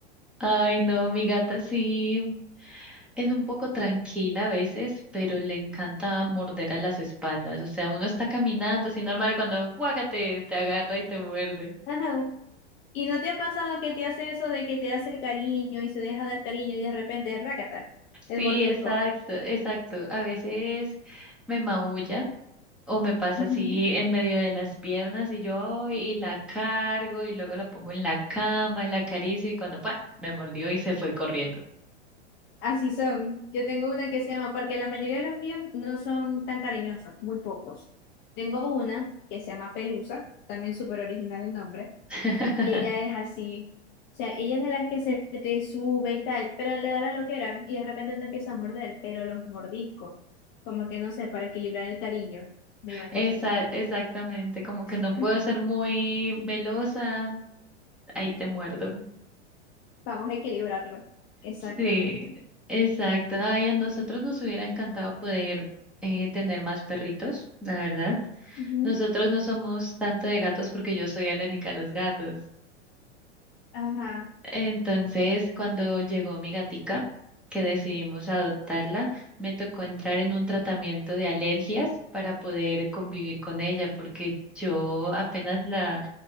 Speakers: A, in the centre; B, on the left.
A: Ay, no, mi gata sí. Es un poco tranquila a veces, pero le encanta morder a las espaldas. O sea, uno está caminando así normal cuando cuácate, te agarra y te muerde.
B: Ajá. ¿Y no te ha pasado que te hace eso de que te hace cariño y se deja dar cariño y de repente, rácata, el
A: Sí,
B: mordisco?
A: exacto, exacto. A veces me maulla o me pasa
B: Ujú.
A: así en medio de las piernas y yo ay, y la cargo y luego la pongo en la cama y la acaricio y cuando pa, me mordió y se fue corriendo.
B: Así son. Yo tengo una que se llama, porque la mayoría de los míos no son tan cariñosos, muy pocos. Tengo una que se llama Pelusa, también súper original el nombre,
A: <laughs>
B: y ella es así. O sea, ella es de las que se te sube y tal, pero le da la loquera y de repente te empieza a morder, pero los mordiscos, como que no sé, para equilibrar el cariño, me imagino.
A: Esa, exactamente, como que
B: <laughs>
A: no puedo ser muy melosa, ahí te muerdo.
B: Vamos a equilibrarlo. Exactamente.
A: Sí, exacto. Ay, a nosotros nos hubiera encantado poder eh, tener más perritos, la verdad.
B: Ujú.
A: Nosotros no somos tanto de gatos porque yo soy alérgica a los gatos.
B: Ajá.
A: Entonces, cuando llegó mi gatica, que decidimos adoptarla, me tocó entrar en un tratamiento de alergias para poder convivir con ella, porque yo apenas la